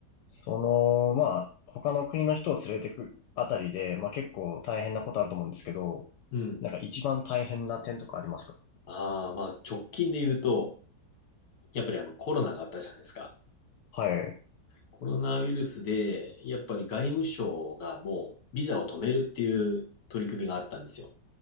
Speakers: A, on the left (about 80°); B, on the left (about 60°).
A: その、まあ、他の国の人を連れてくあたりで、まあ結構大変なことあると思うんですけど、
B: うん。
A: なんか一番大変な点とかありますか
B: ああ、まあ、直近で言うと、やっぱりあの、コロナがあったじゃないですか。
A: はい。
B: コロナウイルスで、やっぱり外務省がもう、ビザを止めるっていう取り組みがあったんですよ。